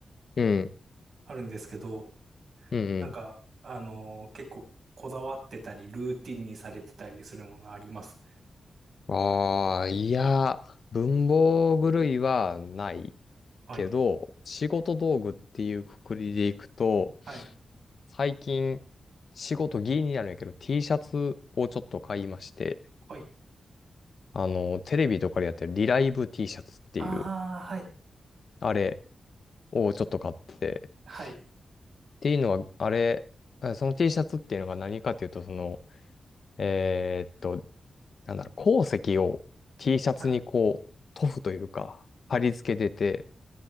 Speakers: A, on the left (about 55°); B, on the right (about 75°).
A: うん。
B: あるんですけど、
A: うん
B: なんか、あの、結構こだわってたり、ルーティンにされてたりするものあります。
A: うん。ああ、いや、文房具類はない
B: はい。
A: けど、仕事道具っていうくくりでいくと、
B: はい。
A: 最近、仕事ギリになるんやけど、T シャツをちょっと買いまして、
B: はい。
A: あの、テレビとかでやってるリライブ T シャツっていう、
B: ああ、はい。
A: あれをちょっと買って、
B: はい。
A: っていうのは、あれ、あその T シャツっていうのが何かっていうと、その、えーっと、なんだろう、鉱石を T シャツにこう、
B: はい。
A: 塗布というか、貼り付けてて、